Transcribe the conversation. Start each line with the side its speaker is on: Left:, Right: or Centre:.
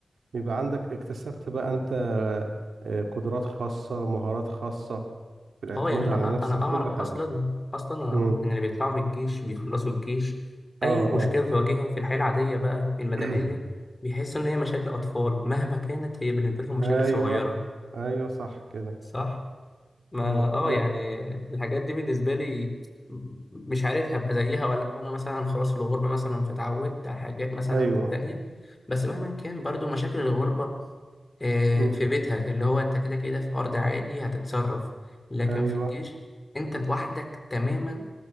Right: بيبقى عندك اكتسبت بقى انت آه، قدرات خاصة مهارات خاصة في الاعتماد
Left: أه يعني أنا
Right: على النفس
Left: أنا
Right: في
Left: أعرف
Right: كل حاجة
Left: أصلا أصلا أنا
Right: امم
Left: أعرف إن اللي بيطلعوا من الجيش بيخلصوا الجيش أي
Right: اه
Left: مشكلة
Right: اه
Left: بتواجههم في الحياة العادية بقى المدنية
Right: <clears throat>
Left: بيحسوا إن هي مشاكل أطفال مهما كانت هي بالنسبة لهم مشاكل
Right: ايوه
Left: صغيرة
Right: ايوه صح كده
Left: صح؟ ما
Right: اه
Left: اه
Right: لا
Left: يعني الحاجات دي بالنسبة لي مش عارف هبقى زيها ولا لأ. وانا مثلا خلاص في الغربة مثلا فتعودت على حاجات مثلا
Right: ايوه
Left: تانية بس مهما كان برضو مشاكل الغربة آه،
Right: مم.
Left: في بيتها اللي هو انت كده كده في ارض عادي هتتصرف لكن
Right: ايوه
Left: في الجيش انت لوحدك تماما